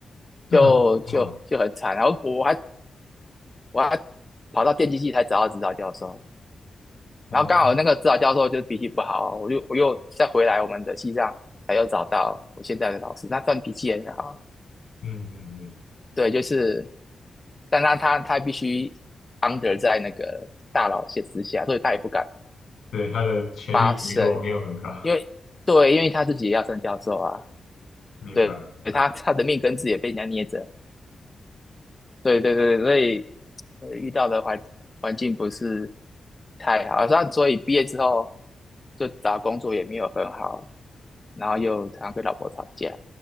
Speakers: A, on the left; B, on the left.
A: 这很好，
B: 就就就很惨。然后我还我还跑到电机系才找到指导教授，
A: 哦，
B: 然后刚好那个指导教授就是脾气不好，我就我又再回来我们的西藏才又找到我现在的老师，他算脾气很好。
A: 嗯嗯嗯，
B: 对，就是，但他他他必须 under 在那个大佬线之下，所以他也不敢
A: 对，他的权力结构没有很高，
B: 发声，因为对，因为他自己也要升教授啊，
A: 明白明白，
B: 对，他他的命根子也被人家捏着。对对对，所以呃遇到的环环境不是太好，那所以毕业之后就找工作也没有很好，然后又常常跟老婆吵架，